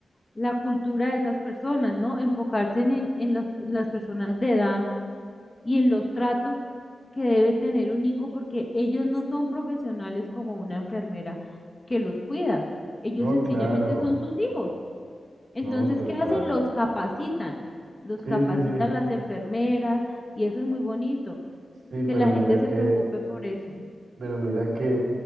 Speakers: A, on the left; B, on the right.
A: la cultura de esas personas, ¿no? Enfocarse en, en- en los- las personas de edad y en los tratos que debe tener un hijo, porque ellos no son profesionales como una enfermera que los cuida. Ellos
B: No,
A: sencillamente
B: claro.
A: son sus hijos. Entonces,
B: No, total.
A: ¿qué hacen? Los capacitan. Los
B: Sí,
A: capacitan
B: sí, sí.
A: las enfermeras y eso es muy bonito,
B: Sí,
A: que
B: pero
A: la
B: mira
A: gente se
B: que,
A: preocupe por eso.
B: Pero mira que